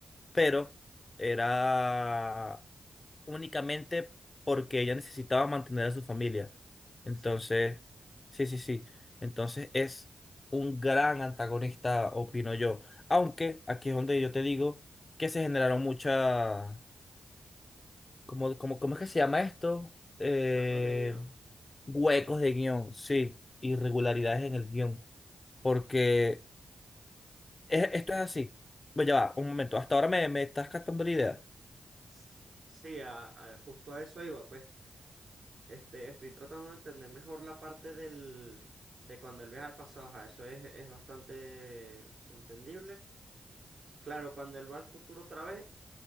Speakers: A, on the left; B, on the right.
A: pero era únicamente porque ella necesitaba mantener a su familia. Entonces,
B: Exacto.
A: sí, sí, sí. Entonces es un gran antagonista, opino yo. Aunque aquí es donde yo te digo que se generaron muchas, como, como, ¿cómo es que se llama esto? Eh,
B: Huecos de guión.
A: huecos de guión, sí, irregularidades en el guión. Porque es- esto es así. Bueno, ya va, un momento. Hasta ahora me, me estás captando la idea.
B: S- Sí, a- a- justo a eso iba, pues. Este, estoy tratando de entender mejor la parte del, de cuando él viaja al pasado. ajá, eso es, es bastante entendible. Claro, cuando él va al futuro otra vez,